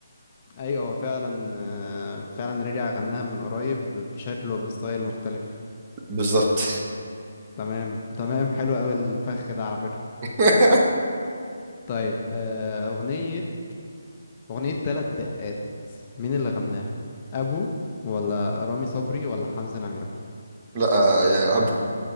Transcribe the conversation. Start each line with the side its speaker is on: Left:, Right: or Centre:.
Left: أيوة هو فعلا آه، فعلا رجع غناها من قريب بشكل وبستايل مختلف
Right: بالظبط
Left: تمام تمام حلو أوي الفخ ده على فكرة
Right: <laughs>
Left: طيب آه، أغنية أغنية تلات دقات مين اللي غناها أبو ولا رامي صبري ولا حمزة نمرة
Right: لا آه، يا ابو